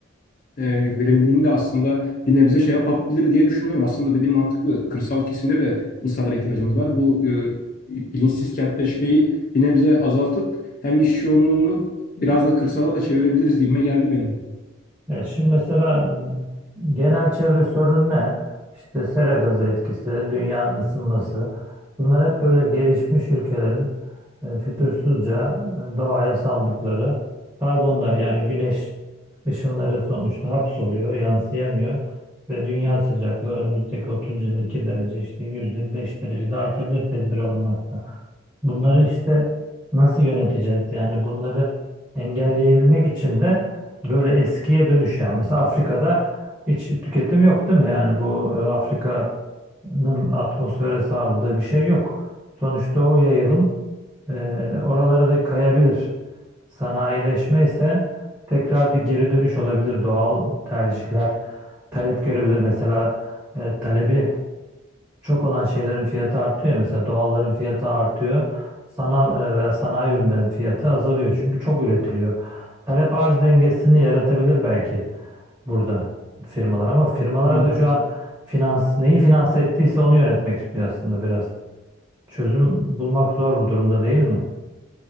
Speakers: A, on the left; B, on the right.
A: e, verimliliğini de aslında bir nebze şey yapabilir diye düşünüyorum. Aslında dediğim mantıklı. Kırsal kesimde de insanlara ihtiyacımız var. Bu e, bilinçsiz kentleşmeyi bir nebze azaltıp hem iş yoğunluğunu biraz da kırsala da çevirebiliriz gibime geldi benim.
B: Ya şimdi mesela genel çevre sorunu ne? İşte sera gazı etkisi, dünyanın ısınması. Bunlar hep böyle gelişmiş ülkelerin e, fütursuzca e, doğaya saldıkları karbonlar yani güneş Işınları sonuçta hapsoluyor, yansıyamıyor ve dünya sıcaklığı önümüzdeki 30 yıl 2 derece işte 100 yıl 5 derece de artabilir tedbir alınmakta. Bunları işte nasıl yöneteceğiz? Yani bunları engelleyebilmek için de böyle eskiye dönüş yani. Mesela Afrika'da hiç tüketim yok değil mi? Yani bu e, Afrika Nın atmosfere sağladığı bir şey yok. Sonuçta o yayılım e, oralara da kayabilir. Sanayileşme ise tekrar bir geri dönüş olabilir. Doğal tercihler talep görebilir. Mesela e, talebi çok olan şeylerin fiyatı artıyor. Mesela doğalların fiyatı artıyor. Sanal e, veya sanayi ürünlerin fiyatı azalıyor. Çünkü çok üretiliyor. Talep arz dengesini yaratabilir belki burada firmalar ama firmalar
A: Anladım.
B: da şu an finans neyi finanse ettiyse onu yönetmek istiyor aslında biraz. Çözüm bulmak zor bu durumda değil mi?